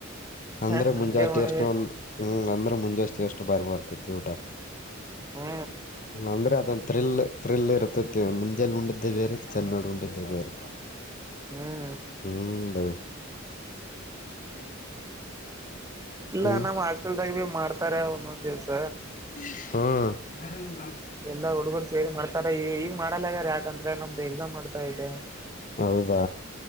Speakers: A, on the left; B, on the right.
A: ಅಂದ್ರೆ
B: ಹ ಹಂಗೆ
A: ಮುಂಜಾ
B: ಮಾಡ್ಬೇಕ
A: ಟೇಸ್ಟ್ ಒಂದ್ ಹ್ಮ್ ಅಂದ್ರೆ ಮುಂಜಾನೆ ಅಷ್ಟು ಬಾರಿ ಬರ್ತೈತಿ ಊಟ
B: ಹ್ಮ
A: ಅಂದ್ರೆ ಅದೊಂದ್ ತ್ರಿಲ್ ಥ್ರಿಲ್ ಇರತೈತಿ ಮುಂಜೆೆಯಲ್ಲಿ ಉಂಡಿದ್ದೆ ಬೇರೆ ಚೆನ್ನಡ ಉಂಡಿದ್ದ ಬೇರೆ
B: ಹ್ಮ್
A: ಹ್ಮ್ ಬೈಿ
B: ಇಲ್ಲ
A: ಹ್ಮ್
B: ನ್ ಆ <unintelligible> ಮಾಡ್ತಾರ ಒಂದೊಂದ್ ದಿವ್ಸ
A: ಹ್ಮ
B: ಎಲ್ಲಾ ಹುಡುಗರು ಸೇರಿ ಮಾಡ್ತಾರ ಈ ಈಗ ಮಾಡಲ್ಲ ಯ್ಯಾರ ಯಾಕಂದ್ರೆ ನಮ್ದು ಎಕ್ಸಾಮ್ ಬರ್ತಾ ಇದೆ
A: ಹೌದಾ